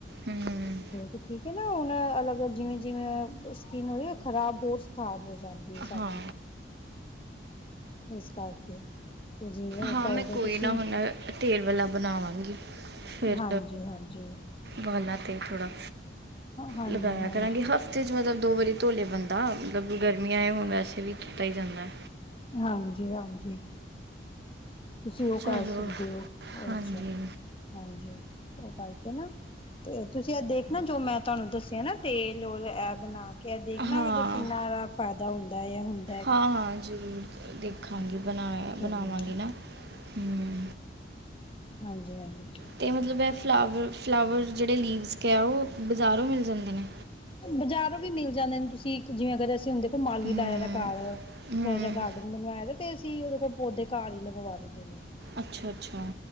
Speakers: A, on the right (about 60°); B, on the left (about 30°).
A: ਹੂੰ
B: ਕਿਉਂਕਿ ਠੀਕ ਹੈ ਨਾ ਹੁਣ ਅਲੱਗ ਜਿਵੇਂ- ਜਿਵੇਂ ਸਕਿਨ ਹੋਈ ਖ਼ਰਾਬ ਹੋਰ, ਖਰਾਬ ਹੋ ਜਾਂਦੀ ਹੈ ਸਾਡੀ,
A: ਹਾਂ
B: ਇਸ ਕਰਕੇ। ਤੇ ਜਿਵੇਂ ਉਹ
A: ਹਾਂ
B: ਕਰਦੋ
A: ਮੈਂ ਕੋਈ
B: ਤੁਸੀਂ-
A: ਨਾ ਹੁਣ ਤੇਲ ਵਾਲਾ ਬਣਾਵਾਂਗੀ ਫੇਰ
B: ਹਾਂਜੀ ਹਾਂਜੀ
A: ਬਾਂਲਾ ਤੇ ਥੋੜਾ।
B: ਹਾਂਜੀ
A: ਲਗਾਇਆ
B: ਹਾਂਜੀ
A: ਕਰਾਂਗੇ ਹਫ- ਤੇ ਚਲੋ ਦੋ ਵਾਰੀ ਧੋਲੇ ਬੰਦਾ ਮਤਲਬ ਗਰਮੀਆਂ ਏ ਹੋੁਣ ਵੈਸੇ ਵੀ ਧੋਤਾ ਹੀ ਜਾਂਦਾ।
B: ਹਾਂਜੀ- ਹਾਂਜੀ। ਤੁਸੀਂ ਉਹ
A: ਚਲੋ
B: ਕਰ ਸਕਦੇ ਹੋ ਉਹਦੇ
A: ਹਾਂਜੀ
B: ਚ ਹਾਂਜੀ ਉਹ ਕਰਕੇ ਨਾ, ਤੇ ਤੁਸੀਂ ਇਹ ਦੇਖ ਨਾ ਜੋ ਮੈਂ ਤੁਹਾਨੂੰ ਦੱਸਿਆ ਨਾ ਤੇਲ ਔਰ ਇਹ ਬਣਾ, ਕ ਦੇਖਣਾ
A: ਹਾਂ
B: ਕਿਤੇ ਕਿੰਨਾ ਜਾਦ ਫਾਇਦਾ ਹੁੰਦਾ ਆ ਹੁਣ।
A: ਹਾਂ- ਹਾਂ ਜ਼ਰੂਰ ਦੇਖਾਂਗੀ ਬਣਾ ਬਣਾਵਾਂਗੀ
B: ਹਾਂਜੀ
A: ਨਾ, ਹੂੰ।
B: ਹਾਂਜੀ- ਹਾਂਜੀ।
A: ਤੇ ਮਤਲਬ ਹੈ ਫਲਾਵਰ- ਫਲਾਵਰ ਜਿਹੜੇ ਲੀਵਸ ਕੇਆ ਉਹ ਬਜ਼ਾਰੋਂ ਮਿਲ ਜਾਂਦੇ ਨੇ।
B: ਬਜ਼ਾਰੋਂ ਵੀ ਮਿਲ ਜਾਂਦੇ ਨੇ ਤੁਸੀਂ ਇਕ ਜਿਵੇਂ ਅਗਰ ਅਸੀਂ ਹੁੰਣ ਦੇ- ਮਾਲੀ
A: ਹਮ
B: ਲਾਏਆ ਵਾ ਘਰ
A: ਹਮ
B: ਥੋੜਾ ਜਿਹਾ ਗਾਰਡਨ ਬਣਵਾਇਆ। ਤੇ ਅਸੀਂ ਉਹਦੇ ਕੋਲ ਪੌਦੇ ਘਰ ਹੀ ਲਗਵਾ ਲਈ ਦੇ ਨੇ।
A: ਅੱਛਾ- ਅੱਛਾ।